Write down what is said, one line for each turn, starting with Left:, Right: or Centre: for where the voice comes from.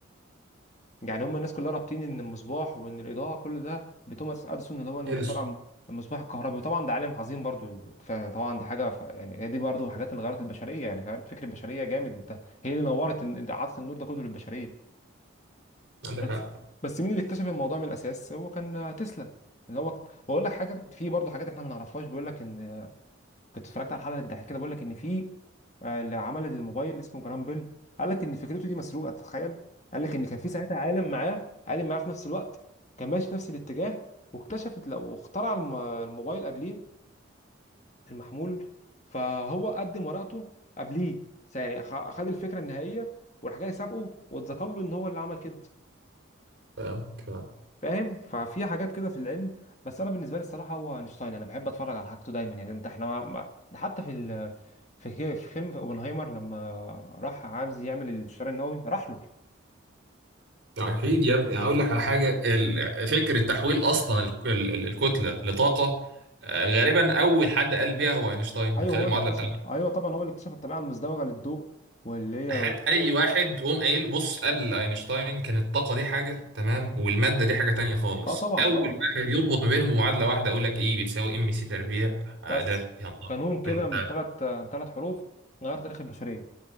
Left: يعني هم الناس كلها رابطين ان المصباح وان الاضاءه كل ده بتوماس اديسون اللي هو المخترع
Right: إيه ده
Left: المصباح الكهربي وطبعا ده عالم عظيم برضو فطبعا دي حاجه ف... يعني هي دي برضو من الحاجات اللي غيرت البشريه يعني غيرت فكر البشريه جامد انت هي اللي نورت إن- عطت النور ده كله للبشريه
Right: عندك
Left: بس
Right: حق
Left: بس مين اللي اكتشف الموضوع من الاساس هو كان تسلا اللي هو بقول لك حاجه في برضو حاجات احنا ما نعرفهاش بيقول لك ان كنت اتفرجت على حلقه الضحك كده بقول لك ان في آه، اللي عمل الموبايل اسمه جرام بيل قال لك ان فكرته دي مسروقه تتخيل قال لك ان كان في ساعتها عالم معاه عالم معاه في نفس الوقت كان ماشي في نفس الاتجاه واكتشفت لو اخترع الم- الموبايل قبليه المحمول فهو قدم ورقته قبليه يعني أخ- اخد الفكره النهائيه والحاجه اللي سابقه واتذكر له ان هو اللي عمل كده
Right: آه، كفاية.
Left: فاهم ففي حاجات كده في العلم بس انا بالنسبه لي الصراحه هو اينشتاين انا بحب اتفرج على حاجته دايما يعني انت احنا ما- ما- ده حتى في ال... في في فيلم اوبنهايمر لما راح عايز يعمل الانشتار النووي راح له
Right: أكيد يا ابني هقول لك على حاجة ال- فكرة تحويل أصلا ال- ال- ال- الكتلة لطاقة آه، غالبا أول حد قال بيها هو أينشتاين من
Left: ايوه
Right: خلال
Left: هو
Right: المعادلة
Left: اللي اكتشف
Right: بتاعته
Left: ايوه طبعا هو اللي اكتشف الطبيعه المزدوجه للضوء واللي هي
Right: حد أي واحد قوم قايل بص قبل أينشتاين كانت الطاقة دي حاجة تمام والمادة دي حاجة تانية خالص
Left: اه طبعا
Right: أول
Left: اه
Right: واحد يربط ما بينهم بمعادلة واحدة أقول لك إيه بتساوي إم سي تربيع آه،
Left: بس
Right: ده يا نهار
Left: قانون كده
Right: أنت
Left: من ثلاث ثلاث حروف غير تاريخ البشريه